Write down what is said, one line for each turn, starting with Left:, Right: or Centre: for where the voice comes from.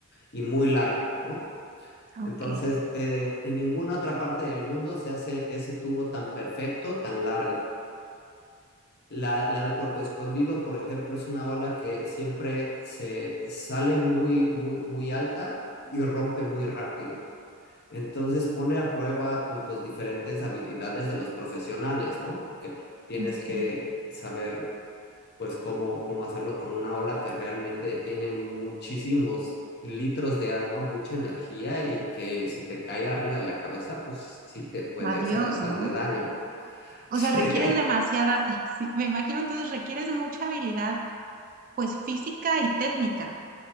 Left: y muy largo, ¿no?
Right: Ok,
Left: Entonces, eh, en ninguna otra parte del mundo se hace ese tubo tan perfecto, tan largo. La, la de Puerto Escondido, por ejemplo, es una ola que siempre se sale muy, muy, muy alta y rompe muy rápido. Entonces pone a prueba pues las diferentes habilidades de los profesionales, ¿no? Porque tienes
Right: ok.
Left: que saber pues cómo, cómo hacerlo con una ola que realmente tiene muchísimos litros de agua, mucha energía y que si te cae arriba de la cabeza, pues sí te puede
Right: Adiós,
Left: hacer bastante
Right: ¿no?
Left: daño.
Right: O sea, requieres
Left: <laughs>
Right: demasiada, <laughs> sí, me imagino entonces requieres mucha habilidad, pues física y técnica.